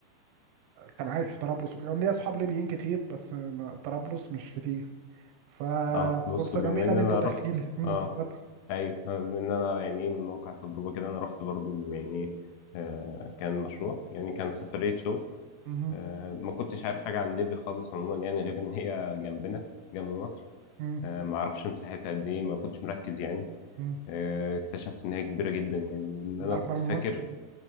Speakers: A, on the right; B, on the left.
A: كان عايش في طرابلس وكده ليا اصحاب ليبيين كتير بس ما... طرابلس مش كتير ففرصة
B: اه بص بما
A: جميلة
B: ان
A: ان
B: انا
A: انت تحكي
B: رحت
A: لي امم
B: اه
A: اتفضل
B: ايوه بما ان انا يعني من واقع تجربه كده انا رحت برضو يعني آه كان مشروع يعني كان سفريه شغل
A: مهم.
B: آه ما كنتش عارف حاجه عن ليبيا خالص عموما يعني غير ان هي جنبنا جنب مصر
A: مم.
B: آه ما اعرفش مساحتها قد ايه ما كنتش مركز يعني
A: مم.
B: آه اكتشفت ان هي كبيره جدا يعني وان انا
A: اكبر
B: كنت
A: من
B: فاكر
A: مصر